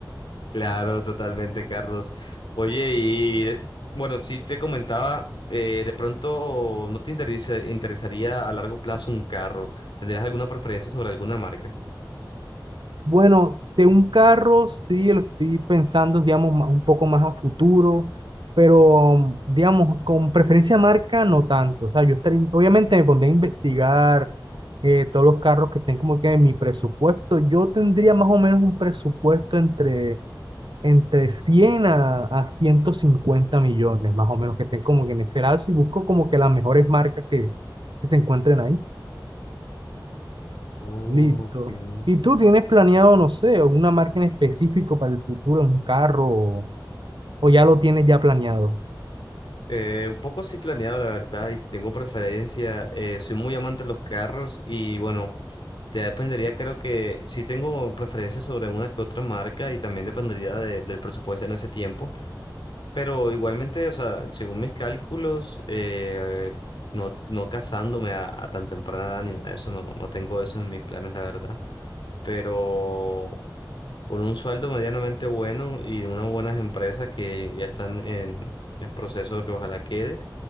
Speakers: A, on the left; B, on the right.
A: Claro, totalmente, Carlos. Oye, y bueno, sí te comentaba, eh, de pronto no te interesa- interesaría a largo plazo un carro. ¿Tendrías alguna preferencia sobre alguna marca?
B: Bueno, de un carro sí lo estoy pensando, digamos, más- un poco más a futuro, pero mm, digamos, con preferencia marca no tanto. O sea, yo estaría, obviamente me pondría a investigar eh, todos los carros que estén como que en mi presupuesto. Yo tendría más o menos un presupuesto entre, entre 100 a, a 150 millones, más o menos, que estén como que en ese lado y busco como que las mejores marcas que, que se encuentren ahí.
A: Ok.
B: Listo. ¿Y tú tienes planeado, no sé, alguna marca en específico para el futuro, un carro, o, o ya lo tienes ya planeado?
A: Eh, un poco sí planeado, la verdad, y si tengo preferencia. eh, soy muy amante de los carros y bueno. Ya dependería, creo que sí tengo preferencia sobre una que otra marca y también dependería de- del presupuesto en ese tiempo, pero igualmente, o sea, según mis cálculos, eh, no, no casándome a, a tan temprana edad ni nada de eso, no, no tengo eso en mis planes, la verdad, pero con un sueldo medianamente bueno y de unas buenas empresas que ya están en, en proceso de que ojalá quede.